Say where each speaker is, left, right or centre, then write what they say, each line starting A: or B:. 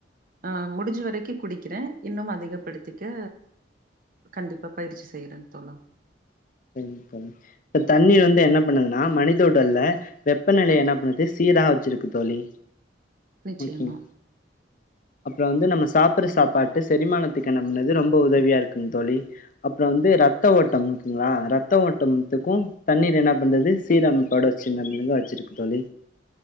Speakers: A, on the right; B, on the left.
A: ஆ முடிஞ்ச வரைக்கும் குடிக்கிறே இன்னும் அதிகப்படுத்திக்க கண்டிப்பா பயிற்சி செய்யறன் தோழா
B: இப்ப தண்ணீ வந்து என்ன பண்ணுதுன்னா மனித உடல்ல வெப்பநிலய என்ன பண்ணுது சீரா வச்சிருக்கு தோழி
A: நிச்சயமா
B: ஓகேங்க அப்புறம் வந்து நம்ம சாப்பற சாப்பாட்ட செரிமானத்துக்கு என்ன பன்னுது ரொம்ப உதவியா இருக்குங் தோழி அப்புறம் வந்து ரத்த ஓட்டம் கிங்களா ரத்த ஓட்டம்த்துக்கும் தண்ணீர் என்ன பண்றது சீரம்பாட வச்சினங்க வச்சிருக்கு தோழி